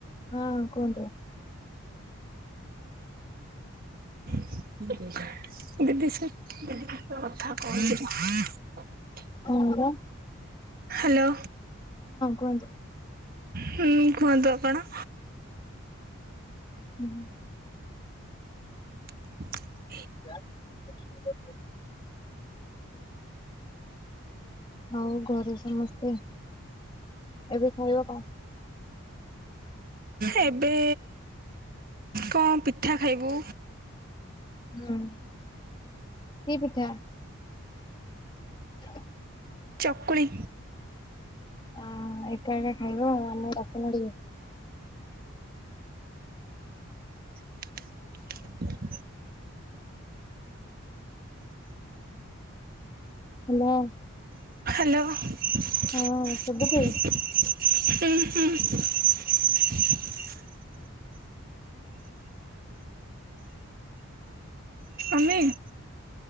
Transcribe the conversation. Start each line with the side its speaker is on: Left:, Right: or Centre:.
Left: ହଁ କୁହନ୍ତୁ? <inaudible>
Right: ଦିଦି ସେ ଦ କଥା କହୁ।
Left: ହ ହଁ
Right: ହ୍ୟାଲୋ
Left: କୁହନ୍ତୁ।
Right: ହୁଁ କୁହନ୍ତୁ ଆଉ କଣ?
Left: ହୁଁ।
Right: <inaudible>
Left: <inaudible> ଆଉ ଘରେ ସମସ୍ତେ, ଏବେ ଖାଇବା କଣ?
Right: ଏବେ କଣ ପିଠା ଖାଇବୁ।
Left: ହୁଁ କି ପିଠା? <inaudible>
Right: ଚକୁଳି
Left: ଅ ଏକା ଏକା ଖାଇବ ଆମକୁ ଡାକୁନ ଟିକେ।
Right: <inaudible>
Left: ହ୍ୟାଲୋ
Right: ହ୍ୟାଲୋ
Left: ହଁ ଶୁଭୁଛି?
Right: ହୁଁ ହୁଁ। ଆମେ